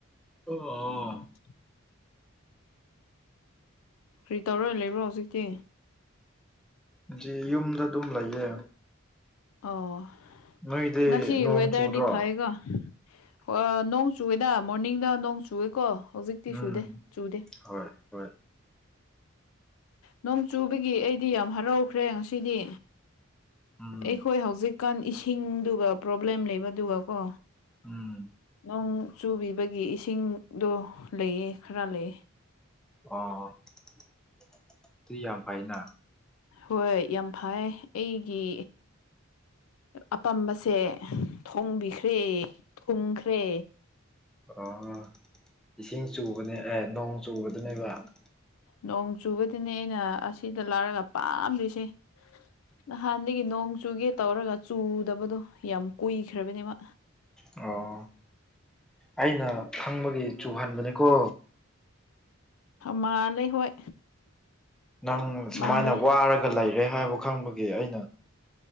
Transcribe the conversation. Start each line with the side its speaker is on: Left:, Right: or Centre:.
Centre: ꯑꯣ ꯑꯣ
Left: <inaudible> ꯀ꯭ꯔꯤ ꯇꯧꯔ ꯂꯩꯕ꯭ꯔꯣ ꯍꯨꯖꯤꯛꯇꯤ
Centre: ꯖꯤ ꯌꯨꯝꯗ ꯑꯗꯨꯝ ꯂꯩꯌꯦ
Left: ꯑꯣ
Centre: ꯅꯣꯏꯗꯤ
Left: ꯉꯁꯤ
Centre: ꯅꯣꯡ
Left: ꯋꯦꯗ꯭ꯔꯗꯤ
Centre: ꯆꯨꯗ꯭ꯔꯣ
Left: ꯐꯩꯌꯦꯀꯣ ꯍꯣꯢꯍꯣ ꯅꯣꯡ ꯆꯨꯋꯦꯗ ꯃꯣꯔꯅꯤꯡꯗ ꯅꯣꯡ ꯆꯨꯋꯦꯀꯣ ꯍꯧꯖꯤꯛꯇꯤ
Centre: ꯎꯝ
Left: ꯆꯨꯗꯦ ꯆꯨꯗꯦ
Centre: ꯍꯣꯏ ꯍꯣꯏ
Left: ꯅꯣꯡ ꯆꯨꯕꯒꯤ ꯑꯩꯗꯤ ꯌꯥꯝ ꯍꯔꯥꯎꯈ꯭ꯔꯦ ꯉꯁꯤꯗꯤ
Centre: ꯎꯝ
Left: ꯑꯩꯈꯣꯏ ꯍꯧꯖꯤꯛꯀꯥꯟ ꯏꯁꯤꯡꯗꯨꯒ ꯄ꯭ꯔꯣꯕ꯭ꯂꯦꯝ ꯂꯩꯕꯗꯨꯒ ꯀꯣ
Centre: ꯎꯝ
Left: ꯅꯣꯡ ꯆꯨꯕꯤꯕꯒꯤ ꯏꯁꯤꯡꯗꯣ ꯂꯩꯌꯦ ꯈꯔ ꯂꯩꯌꯦ
Centre: ꯑꯣ ꯑꯗꯨꯗꯤ ꯌꯥꯝ ꯐꯩꯅ
Left: ꯍꯣꯏ ꯌꯥꯝ ꯐꯥꯏꯌꯦ ꯑꯩꯒꯤ ꯑꯄꯥꯝꯕꯁꯦ ꯊꯣꯡꯕꯤꯈ꯭ꯔꯦ ꯊꯨꯡꯈ꯭ꯔꯦ
Centre: ꯑꯥ ꯏꯁꯤꯡ ꯆꯨꯕꯅꯦ ꯑꯦ ꯅꯣꯡ ꯆꯨꯕꯗꯅꯦꯕ ꯀꯣ
Left: ꯅꯣꯡ ꯆꯨꯕꯗꯨꯅꯦ ꯑꯩꯅ ꯑꯁꯤꯗ ꯂꯩꯔꯒ ꯄꯥꯥꯗꯨꯏꯁꯦ ꯅꯍꯥꯟꯗꯒꯤ ꯅꯣꯡ ꯆꯨꯒꯦ ꯇꯧꯔꯒ ꯆꯨꯗꯕꯗꯣ ꯌꯥꯝ ꯀꯨꯏꯈ꯭ꯔꯕꯅꯦ ꯃꯥ
Centre: ꯑꯣ ꯑꯩꯅ ꯈꯪꯕꯒꯤ ꯆꯨꯍꯟꯕꯅꯦꯀꯣ
Left: ꯃꯥꯜꯂꯦ ꯍꯣꯏ
Centre: ꯅꯪ ꯁꯨꯃꯥꯏꯅ
Left: ꯃꯥꯜꯂꯦ
Centre: ꯋꯥꯔꯒ ꯂꯩꯔꯦ ꯍꯥꯏꯕ ꯈꯪꯕ ꯒꯤ ꯑꯩꯅ